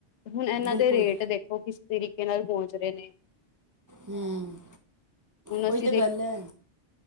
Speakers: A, on the left (about 85°); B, on the right (about 30°).
A: ਹੁਣ ਇਹਨਾ
B: ਬਿਲਕੁਲ
A: ਰੇਟ ਦੇਖੋ, ਕਿਸ ਤਰੀਕੇ ਨਾਲ ਪਹੁੰਚ ਰਹੇ ਨੇ।
B: ਹਮ,
A: ਹੁਣ
B: ਉਹੀ
A: ਅਸੀਂ
B: ਤਾਂ
A: ਦੇਖ
B: ਗੱਲ ਹੈ।